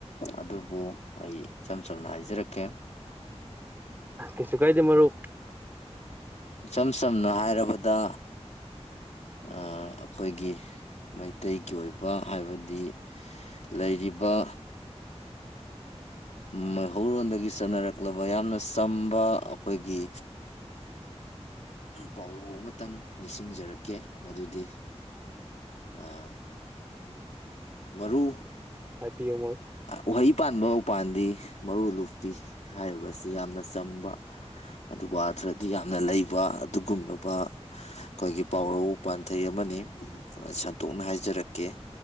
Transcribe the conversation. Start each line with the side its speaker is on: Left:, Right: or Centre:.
Left: ꯑꯗꯨꯕꯨ ꯑꯩ ꯏꯆꯝ ꯆꯝꯅ ꯍꯥꯏꯖꯔꯛꯀꯦ
Right: ꯀꯩꯁꯨ ꯀꯥꯏꯗ‌ꯦ ꯃꯥꯂꯨ
Left: ꯏꯆꯝ ꯆꯝꯅ ꯍꯥꯏꯔꯕꯗ ꯑꯩꯈꯣꯏꯒꯤ ꯃꯩꯇꯩꯒꯤ ꯑꯣꯏꯕ ꯍꯥꯏꯕꯗꯤ ꯂꯩꯔꯤꯕ ꯃꯩꯍꯧꯔꯣꯟꯗꯒꯤ ꯆꯠꯅꯔꯛꯂꯕ ꯌꯥꯝꯅ ꯆꯝꯕ ꯑꯩꯈꯣꯏꯒꯤ ꯄꯥꯎꯂꯧ ꯑꯃꯇꯪ ꯅꯤꯡꯁꯤꯡꯖꯔꯛꯀꯦ ꯃꯗꯨꯗꯤ ꯑꯥ ꯃꯔꯨ
Right: ꯍꯥꯏꯕꯤꯌꯨ ꯃꯔꯨꯞ
Left: ꯎꯍꯩ ꯄꯥꯟꯕ ꯎꯄꯥꯟꯗꯤ ꯃꯔꯨ ꯂꯨꯞꯄꯤ ꯍꯥꯏꯔꯤꯕ ꯑꯁꯤ ꯌꯥꯝꯅ ꯆꯝꯕ ꯑꯗꯨꯒ ꯑꯊ꯭ꯔꯗꯤ ꯌꯥꯝꯅ ꯂꯩꯕ ꯑꯗꯨꯒꯨꯝꯂꯕ ꯑꯩꯈꯣꯏꯒꯤ ꯄꯥꯎꯔꯧ ꯄꯥꯟꯊꯩ ꯑꯃꯅꯤ ꯁꯟꯇꯣꯛꯅ ꯍꯥꯏꯖꯔꯛꯀꯦ